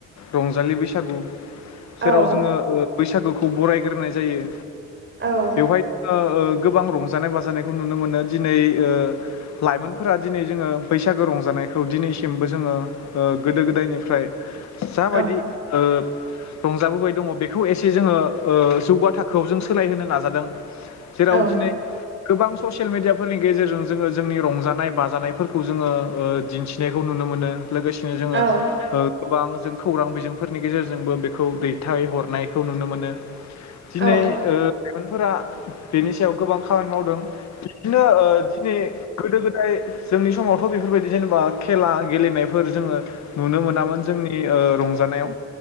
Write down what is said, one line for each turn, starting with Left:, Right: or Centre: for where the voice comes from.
Left: रंजालि बैसागु
Right: औ
Left: जेराव जोंङो ओ बैसागुखौ बरायग्रोनाय जायो।
Right: औ
Left: बेवहाय जोङो ओ गोबां रंजानाय बाजानायखौ नुनो मोनो दिनै ओ लाइमोनफोरा दिनै जोंङो बैसागो रंजानायखौ दिनैसिमबो जोंङो ओ गोदो गोदायनिफ्राय जाबायदि
Right: औ
Left: ओ रंजाबोबाय दंङ बेखौ एसे जोंङो ओ जौगा थाखोआव जों सोलायहोनो नाजादों। जेराव
Right: औ
Left: दिनै गोबां ससियेल मेडियाफोरनि गेजेरजों जोंङो जोंनि रंजानाय बाजानायफोरखौ जोंङो ओ दिन्थिनायखौ नुनो मोनो। लोगोसेनो जोंङो
Right: औ
Left: ओ गोबां जों खौरां बिजोंफोरनि गेजेरजोंबो बेखौ दैथायहरनायखौ नुनो मोनो। दिनै
Right: औ
Left: ओ लायमोनफोरा बेनि सायाव गोबां खामानि मावदों बिदिनो ओ दिनै गोदो गो फ्राय जोंनि समावथ' बेफोरबायदि जेनेबा खेला गेलेनायफोर जोंङो नुनो मोनामोन जोंनि ओ रंजानायाव